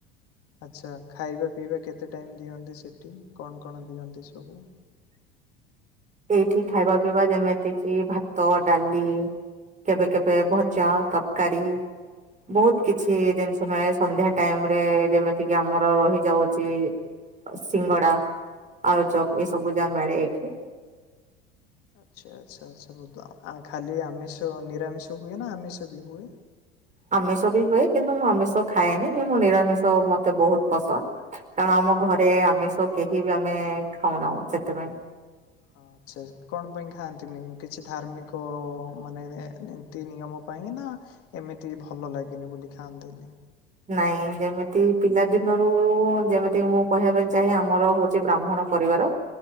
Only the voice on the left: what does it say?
ଆଚ୍ଛା ଖାଇବା ପିଇବା କେତେ ଟାଇମ୍ ଦିଅନ୍ତି ସେଠି କଣ କଣ ଦିଅନ୍ତି ସବୁ।
ହୁଁ
ହୁଁ
ହୁଁ
ଆଚ୍ଛା ଆଚ୍ଛା ଆଛା ବହୁତ ଆ ଖାଲି ଆମିଷ ନିରାମିଷ ହୁଏ ନା ଆମିଷ ବି ହୁଏ।
ହଁ ଆଚ୍ଛା କଣ ପାଇଁ ଖାଆନ୍ତିନି କିଛି ଧାର୍ମିକ ମାନେ ନ ନିତି ନିୟମ ପାଇଁ ନା ଏମିତି ଭଲ ଲାଗିନି ବୋଲି ଖାଆନ୍ତିନି।